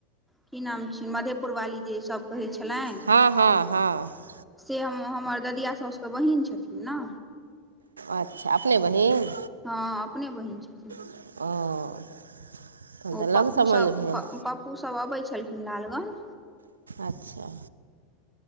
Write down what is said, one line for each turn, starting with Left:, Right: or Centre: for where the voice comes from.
Centre: कि नाम छ मधेपुरवाली जे सभ कहै छलेन
Right: हँ हँ हँ
Centre: से हम हमर ददिया सभके बहिन छथिन ने
Right: अच्छा अपने बहिन।
Centre: हँ, अपने बहिन छथिन
Right: <unintelligible>
Centre: ओ पप्पू
Right: सम्बन्ध
Centre: सब
Right: भेल
Centre: पप्पू सब अबै छलखिन लालगंज
Right: अच्छा।